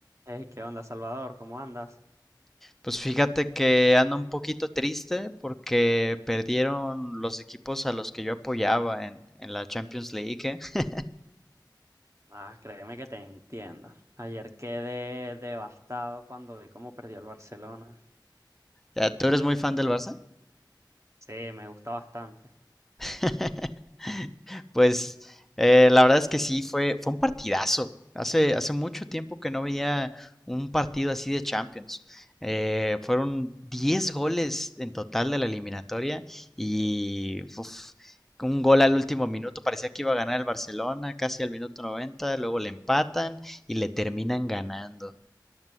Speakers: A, on the right; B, in the centre.
A: Hey, ¿qué onda, Salvador? ¿Cómo andas?
B: Pues fíjate que anda un poquito triste porque perdieron los equipos a los que yo apoyaba en, en la Champions League. ¿eh? <laughs>
A: Ah, créeme que te entiendo. Ayer quedé devastado cuando vi cómo perdió el Barcelona.
B: Ya, ¿Tú eres muy fan del Barça?
A: Sí, me gusta bastante.
B: <laughs> Pues eh, la verdad es que sí, fue, fue un partidazo. Hace, hace mucho tiempo que no veía un partido así de Champions. Eh, fueron 10 goles en total de la eliminatoria y uf, un gol al último minuto. Parecía que iba a ganar el Barcelona casi al minuto 90, luego le empatan y le terminan ganando.